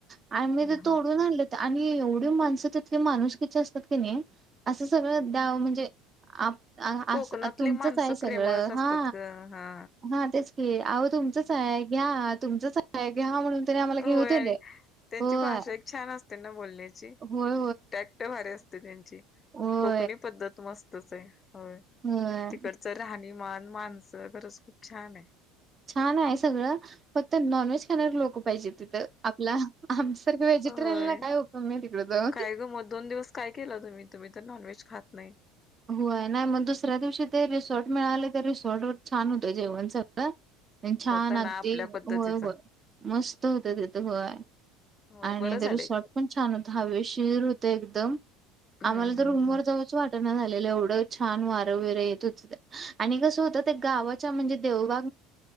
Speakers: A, on the right; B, on the left.
A: आणि मग
B: हा
A: ते तोडून
B: हा
A: आणलं आणि की एवढी माणसं तिथली माणुस किचे असतात की नाही असं सगळं द्या म्हणजे अ अस
B: कोकणातली
A: तुमचंच
B: माणसं
A: आहे सगळं
B: प्रेमळच असतात
A: हा
B: ग हा
A: हा तेच क अहो तुमचंच आहे
B: हा
A: घ्या तुमचच आहे घ्या म्हणून तरी आम्हाला घेऊ
B: होय
A: दिले
B: आणि त्यांची
A: होय
B: भाषा एक छान असते ना बोलण्याची
A: होय
B: टॅक्ट भारी असते त्यांची
A: हो
B: पद्त मस्तच आहे हो
A: होय
B: तिकडच राहणी मन माणसं खरंच खूप छान आहे
A: छान आहे सगळं फक्त नॉन व्हेज खाणार लोक पाहिजे तिथं आपला आसारख व्हेजिटेरियन
B: होय
A: ला काय होकम नाही तिकड जा
B: काय ग मग दोन दिवस काय केला तुम्ही तुम्ही तर नॉनव्हेज खात नाही
A: होय नाही मग दुसऱ्या दिवशी ते रिसॉर्ट मिळाले तर रिसॉर्ट व छान होतं जेवण सगळं छान
B: होता ना
A: अगदी
B: आपल्या पद्धतीचा
A: होय होय मस्त होत तिथ होय
B: होय
A: आणि
B: बरं झालंय
A: रिसॉर्ट पण छान होत हवे शिर होते एकदम
B: हम्म
A: आम्हाला तर
B: हम्म
A: रूमवर
B: हम्म
A: जावचं वाटेल एवढ छान वार वरे येत हो आणि कस होत ते गावाच्या म्हणजे देग ल्या